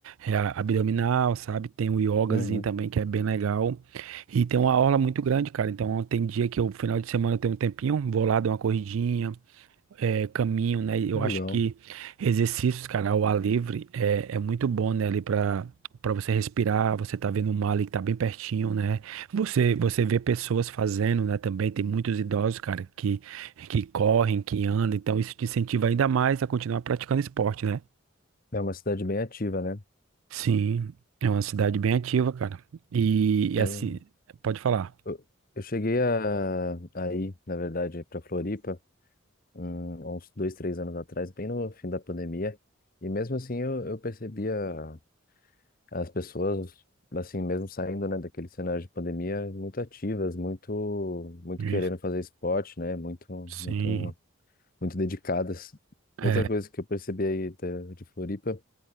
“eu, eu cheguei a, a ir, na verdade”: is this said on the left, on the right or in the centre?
Left